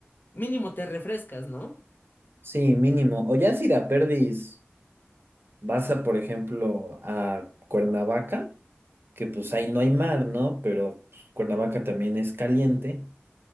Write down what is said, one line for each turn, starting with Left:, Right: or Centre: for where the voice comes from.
Left: mínimo te refrescas, ¿no?
Right: Sí, mínimo. O ya si de a perdis vas a, por ejemplo, a Cuernavaca, que pues ahí no hay mar, ¿no? Pero pues, Cuernavaca también es caliente.